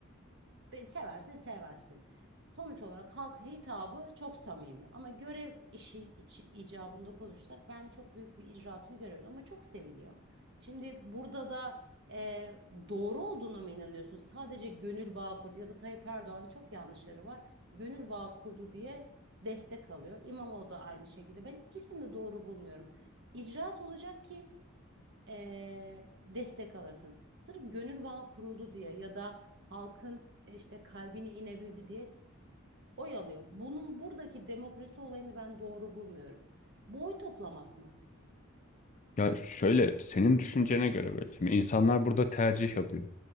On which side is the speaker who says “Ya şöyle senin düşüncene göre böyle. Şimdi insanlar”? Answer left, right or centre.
Left